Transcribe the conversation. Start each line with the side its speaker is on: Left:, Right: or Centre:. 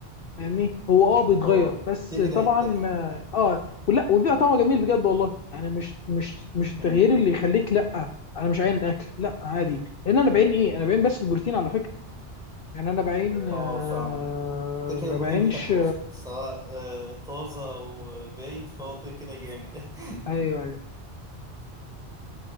Left: فاهمني هو اه بيتغير
Centre: اه
Left: بس
Centre: كده
Left: طبعا
Centre: كده هيتاكل
Left: ما اه ولا وبيبقى طعمه جميل بجد والله يعني مش مش مش التغيير
Centre: امم
Left: اللي يخليك لا انا مش عاين الاكل لا عادي لان انا بعين ايه انا بعين بس البروتين على فكره يعني انا بعين آه
Centre: اه فاهمك كده كده
Left: ما
Centre: البروتين
Left: بعينش
Centre: حلو اصلا سواء آه، طازه او آه، بايت فهو كده كده جامد
Left: ايوه
Centre: <laughs>
Left: ايوه